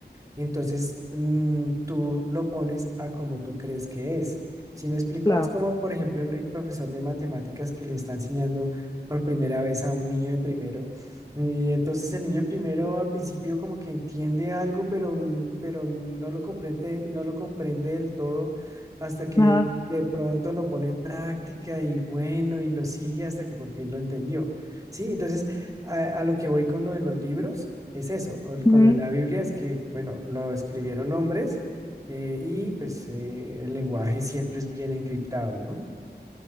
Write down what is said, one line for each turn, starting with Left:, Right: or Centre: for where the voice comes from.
Right: entonces, mm, tú lo pones a como tú crees que es. ¿Sí me explico?
Left: Claro.
Right: Es como, por ejemplo, el, el profesor de matemáticas que le está enseñando por primera vez a un niño de primero. mm, Y entonces el niño de primero al principio como que entiende algo, pero, n- pero no lo comprende, no lo comprende del todo hasta que
Left: Ajá.
Right: de pronto lo pone en práctica y bueno, y lo sigue hasta que por fin lo entendió. Sí, entonces a a lo que voy con lo de los libros. Es eso, o el- con
Left: Ujú.
Right: lo de la Biblia es que, bueno, lo escribieron hombres eh, y pues eh, el lenguaje siempre es bien encriptado, ¿no?